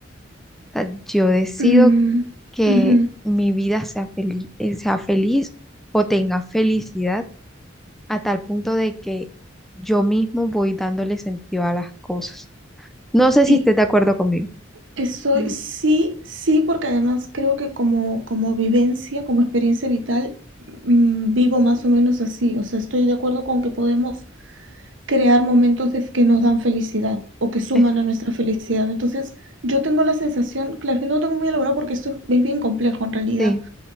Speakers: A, in the centre; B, on the right.
A: O sea, yo decido
B: mm,
A: que
B: ujú.
A: mi vida sea feliz, sea feliz o tenga felicidad a tal punto de que yo mismo voy dándole sentido a las cosas. No sé
B: Y
A: si estés de acuerdo conmigo.
B: estoy,
A: Ujú,
B: sí, sí, porque además creo que como, como vivencia, como experiencia vital, mm, vivo más o menos así. O sea, estoy de acuerdo con que podemos crear momentos de- que nos dan felicidad o que suman
A: exa-
B: a nuestra felicidad. Entonces, yo tengo la sensación, claro, que no lo tengo muy elaborado porque esto es es bien complejo en realidad
A: Sí,